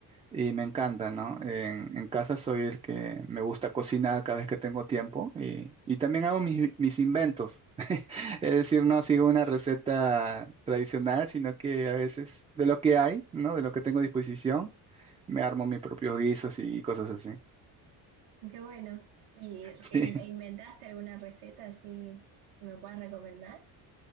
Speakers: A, on the right; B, on the right.
A: y me encanta, ¿no? En, en casa soy el que me gusta cocinar cada vez que tengo tiempo y, y también hago mis, mis inventos. Es decir, no sigo una receta tradicional, sino que a veces de lo que hay, ¿no? De lo que tengo a disposición, me armo mis propios guisos y cosas así. <laughs>
B: Qué bueno. ¿Y re-
A: Sí.
B: in- e inventaste alguna receta así que me puedas recomendar?